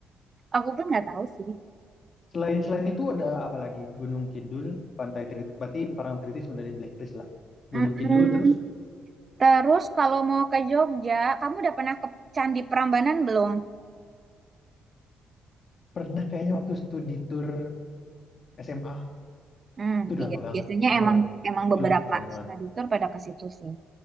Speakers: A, on the right (about 35°); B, on the left (about 45°).
A: Aku pun nggak tahu sih.
B: Selain selain itu ada apa lagi? Gunung Kidul, Pantai Tritis, berarti Parangtritis udah di blacklist lah. Gunung
A: Mm-mm.
B: Kidul terus
A: Terus kalau mau ke Jogja, kamu udah pernah ke Candi Prambanan belum?
B: pernah kayaknya waktu studi tour SMA
A: Hmm,
B: Itu udah
A: iya,
B: lama banget,
A: biasanya
B: lama
A: emang
B: banget.
A: emang beberapa
B: Puluhan tahun yang
A: study
B: lalu.
A: tour pada ke situ sih.